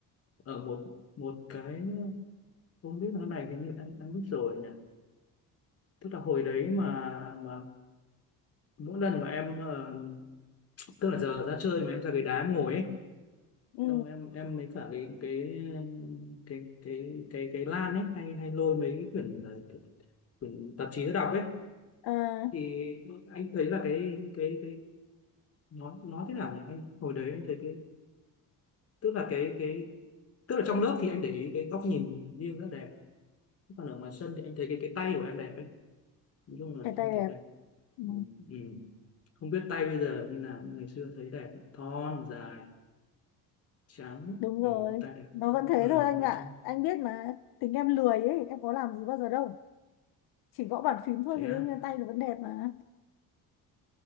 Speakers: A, on the left; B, on the left.
A: ở một một cái không biết nói này hình như em em biết rồi nhỉ tức là hồi đấy mà mà mỗi lần mà em ờ, tức là giờ ra chơi mà em ra cái đá em ngồi ấy
B: ừ.
A: xong em em mấy cả cái cái cái cái cái cái lan ấy hay hay lôi mấy cái quyển ờ, quyển tạp chí ra đọc ấy
B: à,
A: thì anh thấy là cái cái cái nó nó thế nào nhỉ anh hồi đấy anh thấy cái tức là cái cái tức là trong lớp thì anh để ý cái góc nhìn nghiêng rất là đẹp còn ở ngoài sân thì anh thấy cái cái tay của em đẹp ấy nói chung là
B: cái tay
A: anh
B: đẹp
A: thấy đẹp
B: ừ.
A: ừ. Ừ. không biết tay bây giờ như nào nhưng ngày xưa thấy đẹp thon dài trắng
B: đúng rồi
A: ừ. tay đẹp
B: nó vẫn
A: ừ.
B: thế thôi anh
A: nói
B: ạ
A: chung
B: anh biết mà tính em lười ấy em có làm gì bao giờ đâu chỉ gõ bàn phím thôi
A: thế
B: thì
A: à,
B: đương nhiên tay nó vẫn đẹp mà